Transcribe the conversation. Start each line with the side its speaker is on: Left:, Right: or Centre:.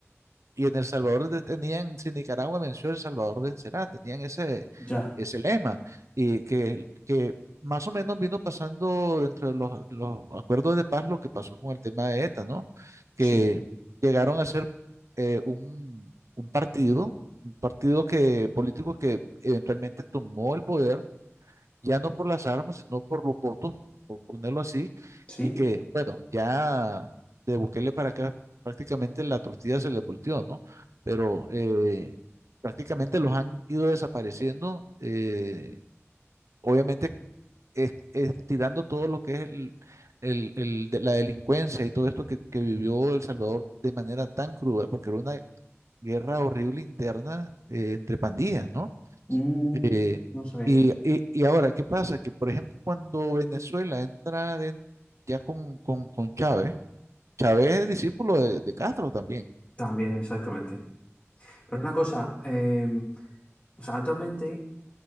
Right: Y en El Salvador de- tenían, si Nicaragua venció, El Salvador vencerá, tenían ese,
Left: Ya,
Right: ese lema, y que, que más o menos vino pasando dentro de los, los acuerdos de paz lo que pasó con el tema de ETA, ¿no? Que
Left: sí.
Right: llegaron a ser eh, un, un partido, un partido que, político que eventualmente tomó el poder ya no por las armas, sino por los votos, por ponerlo así,
Left: Sí,
Right: y que, bueno, ya de Bukele para acá prácticamente la tortilla se les volteó, ¿no? Pero eh, prácticamente los han ido desapareciendo, eh, obviamente es, es tirando todo lo que es el, el- el de la delincuencia y todo esto que, que vivió El Salvador de manera tan cruda, porque era una guerra horrible interna eh, entre pandillas, ¿no?
Left: Mm,
Right: Eh,
Left: no sabía.
Right: y, y- y ahora, ¿qué pasa? Que, por ejemplo, cuando Venezuela entra den- ya con, con, con Chávez, Chávez es discípulo de, de Castro también,
Left: También, exactamente. Pero una cosa, eh, o sea, actualmente,